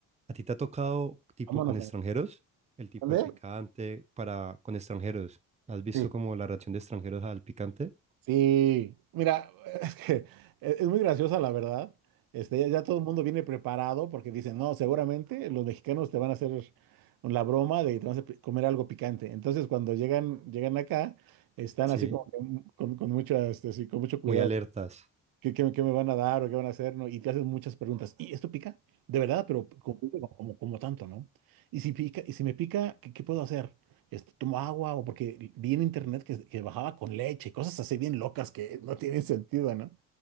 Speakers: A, on the right; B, on the right.
A: ¿A ti te ha tocado tipo
B: Vámonos
A: con extranjeros?
B: a ver.
A: El tipo
B: ¿Dónde?
A: del picante para con extranjeros. ¿Has visto
B: Sí.
A: como la reacción de extranjeros al picante?
B: Sí, mira, es que es es muy graciosa la verdad. Este, ya, ya todo el mundo viene preparado porque dicen, no, seguramente los mexicanos te van a hacer la broma de que te vas a pi- comer algo picante. Entonces, cuando llegan, llegan acá, están
A: Sí.
B: así como que m- con, con mucho, este, sí, con mucho cuidado.
A: Muy alertas.
B: ¿Qué, qué, qué me van a dar o qué van a hacer? ¿no? Y te haces muchas preguntas. ¿Y esto pica? De verdad, pero como, como, como tanto, ¿no? Y si pica, y si me pica, ¿qué, qué puedo hacer? Este, ¿tomo agua? O porque vi en internet que, que bajaba con leche, cosas así bien locas que no tienen sentido, ¿no?